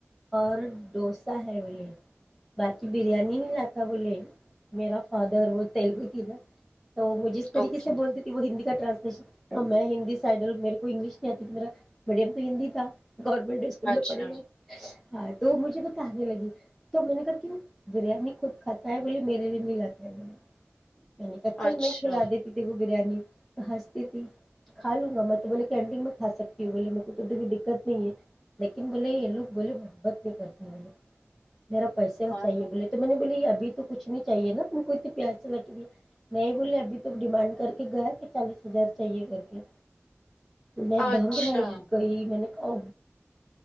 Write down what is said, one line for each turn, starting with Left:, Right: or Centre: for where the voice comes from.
Centre: اور ڈوسا ہے بولے باقی بریانی نہیں لاتا بولے میرا فادر
Left: ہ
Centre: وہ تلگو ا تو وہ جس طریق
Left: اوکے
Centre: سے بولتی تھی وہ ہندی کا ٹرانسلیشناں میں ہندی سائڈل میرے کو انگلش نہیں آتی تھی میرا میڈیم تو ہندی تھا گورنمنٹ اسکول میں
Left: اچھا
Centre: پڑھلو ہاں تو مجھے پتا آنے لگی تو میں نے کہا کیوں بریانی خود کھاتا ہے بولیے میرے لیے نہیں لاتا ہے بولے میں نے کہ چل
Left: اچھا
Centre: میں کھلا دیتی تھی وہ بریانی تو ہنستی تھی کھا لوں گا میں تو بولے کہ انینڈنگ میں کھا سکتی ہوں بولے م کو تو دقت نہیں ہے لیکن بولے یہ لوگ بولے بے بتی کرتے والے میرا پیسے کا
Left: اور
Centre: چاہیے بولے تو میں نے بولیے ابھی تو کچھ نہیں چاہیے نا تم کو اتنے پیسے لکھ دیا نہیں بولے ابھی تو ڈیمانڈ کر کے گیا کہ چالیس ہزار چاہیے کر کے میں
Left: اچھا
Centre: دہ گر گئی میں نے ا